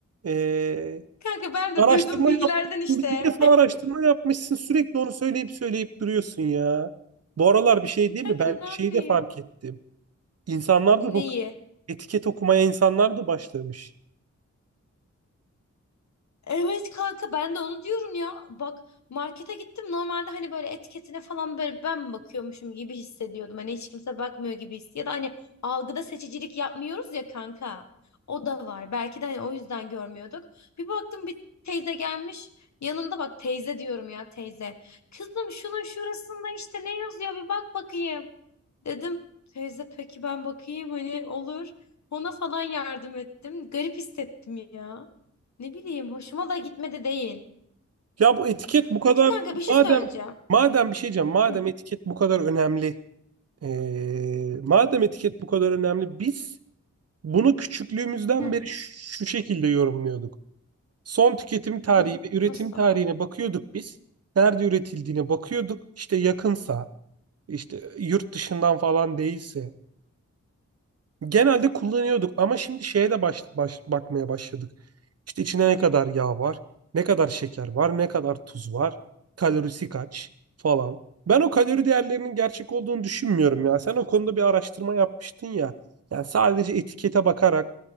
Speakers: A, on the right (about 55°); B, on the left (about 70°).
A: Ee,
B: Kanka ben de
A: araştırma
B: duyduğum bilgilerden
A: yapmışsın.
B: işte.
A: Bir defa araştırma yapmışsın. Sürekli onu söyleyip söyleyip duruyorsun ya. Bu aralar bir
B: <laughs>
A: şey değil
B: Kanka
A: mi? Ben
B: ne
A: şeyi
B: yapayım?
A: de fark ettim. İnsanlar
B: Neyi?
A: da bu etiket okumaya insanlar da başlamış.
B: Evet kanka ben de onu diyorum ya. Bak markete gittim. Normalde hani böyle etiketine falan böyle ben mi bakıyormuşum gibi hissediyordum. Hani hiç kimse bakmıyor gibi his. Ya da hani algıda seçicilik yapmıyoruz ya kanka. O da var. Belki de hani o yüzden görmüyorduk. Bir baktım bir teyze gelmiş. Yanında bak teyze diyorum ya teyze. Kızım şunun şurasında işte ne yazıyor bir bak bakayım. Dedim teyze peki ben bakayım hani olur. Ona falan yardım ettim. Garip hissettim ya. Ne bileyim hoşuma da gitmedi değil.
A: Ya bu etiket bu kadar
B: Peki kanka bir şey
A: madem
B: söyleyeceğim.
A: madem bir şey diyeceğim madem
B: Hı,
A: etiket bu kadar önemli eee, madem etiket bu kadar önemli biz bunu küçüklüğümüzden
B: hı,
A: beri şu şu şekilde yorumluyorduk. Son tüketim tarihi
B: hı.
A: ve üretim
B: Nasıl?
A: tarihine bakıyorduk biz. Nerede üretildiğine bakıyorduk. İşte yakınsa, işte yurt dışından falan değilse, Genelde kullanıyorduk ama şimdi şeye de baş, baş- bakmaya başladık. İşte içine ne kadar yağ var, ne kadar şeker var, ne kadar tuz var, kalorisi kaç falan. Ben o kalori değerlerinin gerçek olduğunu düşünmüyorum ya. Sen o konuda bir araştırma yapmıştın ya. Yani sadece etikete bakarak